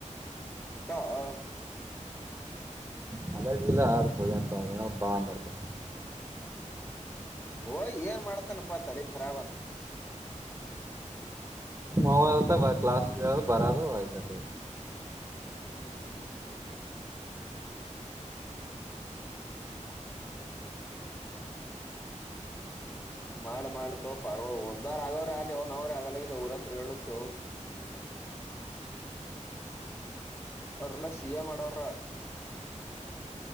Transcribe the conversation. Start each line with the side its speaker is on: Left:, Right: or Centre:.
Left: ಇರ್ತಾವೋ
Right: ಕಾಲೇಜ್ ಇಲ್ಲ ಅದಕ ಹೋಗ್ಯಾನ್ ತೋಗೊ ಏನೋ ಬಾ ಅಂದರಂತ
Left: ಹೋಗಿ ಏನ್ ಮಾಡ್ತಾನಪ್ಪಾ ತಲಿಖರಾಬ.
Right: ಮೊಬೈಲ್ ಅದ ಅಂತ ಕ್ಲಾಸ್ ಕೇಳೋದು ಬರೋದು ಆಯ್ತ್ ಅಸ್ಟೇ
Left: ಹ್ಮ್ ಹ್ಮ್. ಮಾಡ್ಲ ಮಾಡ್ಲಾತೋ ಪಾರಗೋಳು ಉಧಾರ್ ಅಗೋರ್ ಆಗ್ಲಿ ಅವ್ನವುನ ನಾವ್ರಾ ಆಗಲ್ಲ ಹೋಗಿದೇವ್ ಊರಾಗ್ ತಿರುಗಾಡ್ಲಾತಿದೇವ..... ಅವರೆಲ್ಲಾ ಸಿ ಎ ಮಾಡೋರ್ ಹರಾ.